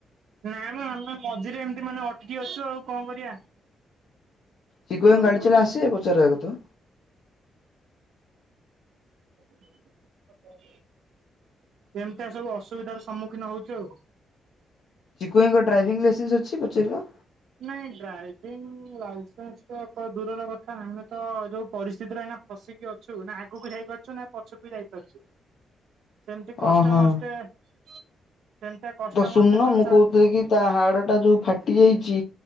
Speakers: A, on the right (about 80°); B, on the left (about 60°).
A: ନାଇଁ ମ ଆମେ ମଝିରେ ଏମିତି ମାନେ ଅଟିକି ଆଛୁ ଆଉ କଣ କରିବା
B: ସି <unintelligible> କହ
A: ସବୁ
B: ଗାଡି ଚଲା ଆସିବେ ପଚାରିବାକୁ ତ
A: <unintelligible> ଏମିତି ସବୁ ଅସୁବିଧାର ସମ୍ମୁଖୀନ ହଉଛୁ ଆଉ
B: ଚିକୁଇଙ୍କ ଡ୍ରାଇଭିଂ ଲାଇସେନ୍ସ ଅଛି ପଚାରିବା
A: ନାଇଁ ଡ୍ରାଇଭିଂ ଲାଇସେନ୍ସ ତ ଏକ ଦୂରର କଥା ଆମେ ତ ଯୋଉ ପରିସ୍ଥିତି ରହନା ହସିକି ଅଛୁ ନା ଆଗକୁ ଯାଇ ପାରୁଛୁ ନା ପଛକୁ ବି ଯାଇପାରୁଛୁ
B: <inaudible>
A: ସେମିତି କଷ୍ଟ
B: ଓହୋ
A: ମସ୍ତେ ସେମିତି କଷ୍ଟ
B: ତ ଶୁଣୁନ
A: ମଷ୍ଟେ ତ
B: ମୁଁ
A: ଚାଲିଛି
B: କହୁଥିଲି କି ତା ହାଡ଼ ଟା ଯୋଉ ଫାଟି ଯାଇଛି